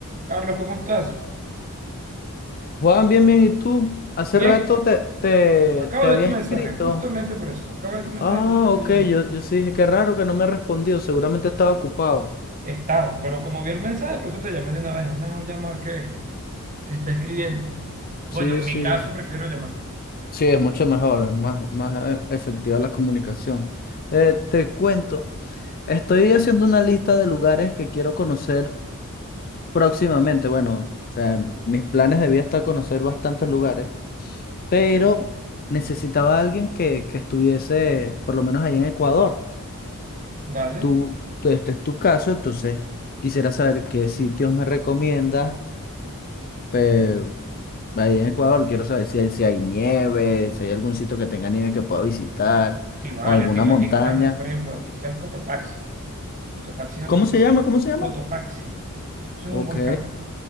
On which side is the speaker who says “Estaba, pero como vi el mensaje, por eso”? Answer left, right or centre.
Right